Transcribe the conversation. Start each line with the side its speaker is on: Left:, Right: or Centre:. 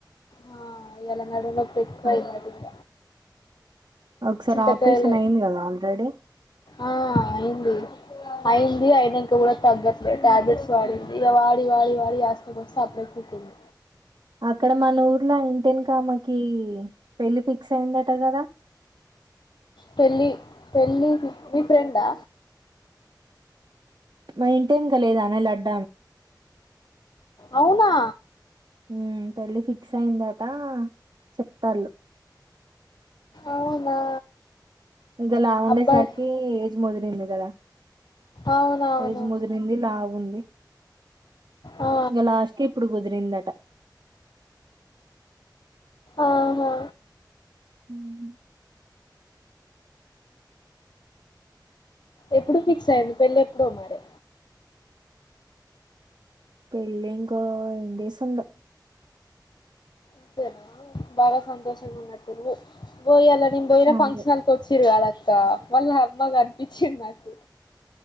Left: ఆ ఇయాల నడుము నొప్పి ఎక్కువైందట
Right: ఆ
Left: ఇంగ
Right: ఒకసారి
Left: చింతకాయలు
Right: ఆపరేషన్ అయింది కదా ఆల్రెడీ
Left: ఆ అయింది అయింది అయినంక కూడా తగ్గట్లేదు టాబ్లెట్స్ వాడింది ఇక వాడి వాడి వాడి యస్టకొచ్చి సప్పుడే ఊకుంది
Right: అక్కడ మన ఊర్లో ఇంటెనుకామెకి పెళ్లి ఫిక్స్ అయిందట కదా
Left: పెళ్ళి పెళ్ళి ఫి మీ ఫ్రెండా
Right: మా ఇంటెనుక లేదానే లడ్డు
Left: అవునా
Right: ఉమ్ పెళ్ళి ఫిక్స్ అయిందట చెప్తాళ్ళు
Left: అవునా
Right: ఇంగ లావుండె
Left: అబ్బాయి
Right: సరికి ఏజ్ ముదిరింది కదా
Left: అవునవును
Right: ఏజ్ ముదిరింది లావుంది
Left: ఆ
Right: ఇంగ లాస్ట్కి ఇప్పుడు కుదిరిందట
Left: ఆహా
Right: ఉమ్ హు
Left: ఎప్పుడు ఫిక్స్ అయింది పెళ్ళి ఎప్పుడో మరే
Right: పెళ్ళి ఇంకో ఎన్ని డేస్ ఉందో
Left: అంతేనా బాగా సంతోషంగా ఉన్నట్టున్నరు ఓ ఇయాల నేను పోయిన
Right: ఆగు.
Left: ఫంక్షన్ హాళ్లకి వచ్చిరు కాదక్క వాళ్ళ అమ్మ కనిపించింది నాకు